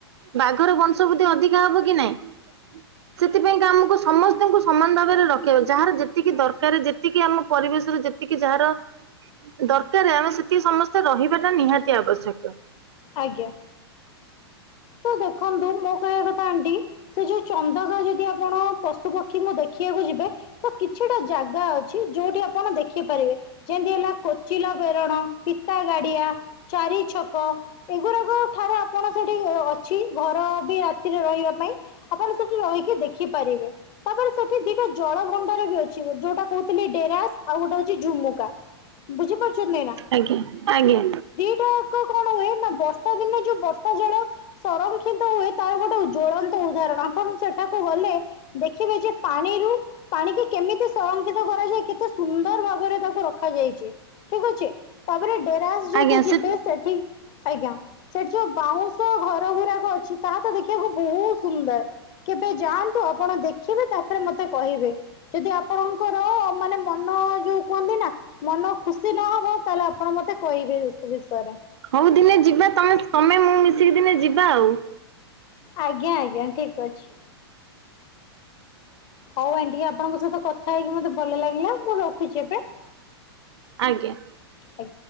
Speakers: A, on the right (about 75°); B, on the left (about 30°).
A: ବାଘର ବଂଶବୃଦ୍ଧି ଅଧିକା ହବ କି ନାଇଁ? ତିଆ ସେଥିପାଇଁକା ଆମୁକୁ ସମସ୍ତଙ୍କୁ ସମାନ ଭାବରେ ରଖେଇବ ଯାହାର ଯେତିକି ଦର୍ ଟାରେ ଯେତିକି ଆମ ପରିବେଶର ଯେତିକି ଯାହାର ଦରକାରେ ଆମେ ସେତିକି ସମସ୍ତେ ରହିବାଟା ନିହାତି ଆବଶ୍ୟକ।
B: ଆଜ୍ଞା। ତ ଦେଖନ୍ତୁ ମୋ କହିବା କଥା ଆଣ୍ଟି ସେ ଯୋଉ ଚନ୍ଦକା ଯଦି ଅ ବଣ ପଶୁପକ୍ଷୀଙ୍କୁ ଦେଖିବାକୁ ଯିବେ ତ କିଛିଟା ଜାଗା ଅଛି ଯୋଉଠି ଆପଣ ଦେଖିପାରିବେ। ଯେମତି ହେଲା କୋଚିଲା ବେରଣ ପିତା ଗାଡ଼ିଆ। ଚାରି ଛକ ଏଗୁରାକ ଠାରେ ଆପଣ ସେଠି ଅଛି ଘର ବି ରାତିରେ ରହିବା ପାଇଁ ଆପଣ ସେଠି ରହିକି ଦେଖିପାରିବେ। ତାପରେ ସେଠି ଦିଟା ଜଳଭଣ୍ଡାର ବି ଅଛି ଯୋଉଟା କୋହୁଥିଲି ଡେରାସ୍ ଆଉ ଗୋଟେ ହଉଚି ଝୁମୁକା। ବୁଝିପାରୁଛନ୍ତି ନେଇଁ ନାଁ?
A: ଆଜ୍ଞା ଆଜ୍ଞା।
B: ଦିଟା ଆକ କଣ ହୁଏ ନାଁ ବର୍ଷା ଦିନେ ଯୋଉ ବର୍ଷା ଜଳ ସଂରକ୍ଷିତ ହୁଏ ତାର ଗୋଟେ ଉ ଜ୍ୱଳନ୍ତ ଉଦାହରଣ ଆପଣ ସେଠାକୁ ଗଲେ ଦେଖିବେ ଯେ ପାଣିରୁ ପାଣିିକି କେମିତି ସଂରକ୍ଷିତ କରାଯାଇ କେତେ ସୁନ୍ଦର ଭାବରେ ତାକୁ ରଖାଯାଇଚି। ଠିକ୍ ଅଛି ତାପରେ ଡେରାସ୍ ଯଦି
A: ଆଜ୍ଞା
B: ଯିବେ
A: ସେ
B: ସେଠି ଆଜ୍ଞା ସେଠି ଯୋଉ ବାଉଁ ଘର ଗୁରାକ ଅଛି ତାହା ତ ଦେଖିଆକୁ ବୋହୁ ସୁନ୍ଦର କେବେ ଯାଆନ୍ତୁ ଆପଣ ଦେଖିବେ ତାପରେ ମତେ କହିବେ। ଯଦି ଆପଣଙ୍କର ମାନେ ମନ ଯୋଉ କୁହନ୍ତି ନାଁ ମନ ଖୁସି ନହବ ତାହଲେ ଆପଣ ମତେ କହିବେ ଏସ ବିଷୟରେ।
A: ହଉ ଦିନେ ଯିବା ତମେ ତମେ ମୁଁ ମିଶିକି ଦିନେ ଯିବା ଆଉ।
B: ଆଜ୍ଞା ଆଜ୍ଞା ଠିକ୍ ଅଛି। ହେଉ ଆଣ୍ଟି ଆପଣଙ୍କ ସହିତ କଥା ହେଇକି ମତେ ଭଲ ଲାଗିଲା ମୁଁ ରଖୁଚି ଏବେ।
A: ଆଜ୍ଞା।
B: ଆଜ୍ଞା